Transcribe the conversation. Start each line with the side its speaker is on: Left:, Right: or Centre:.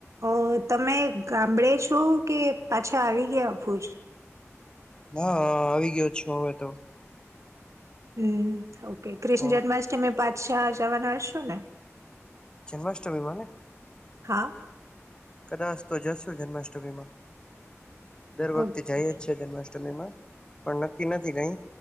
Right: અ તમે ગામડે છો કે પાછા આવી ગયાું જ
Left: હા આવી ગયો છો હવે તો
Right: હમ ઓકે કૃષ્ણ
Left: હ
Right: જન્માષ્ટમી પાચશાહ જવાના હશો ને
Left: જન્માષ્ટમીમાંને
Right: હા
Left: કદાસતો જસુ જન્માષ્ટમીમાં દર વખતે
Right: ઓકે
Left: જાય જ છે, જન્માષ્ટમીમાં પણ નક્કી નથી કઈ